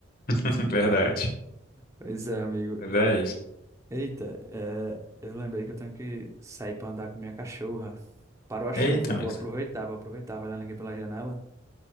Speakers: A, on the left; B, on the right.
A: <laughs> Verdade.
B: Pois é, amigo.
A: Mas é isso.
B: Eita, é, eu lembrei que eu tenho que sair pra andar com minha cachorra. Parou a chuva,
A: Eita, amigo.
B: vou aproveitar, vou aproveitar, olhando aqui pela janela.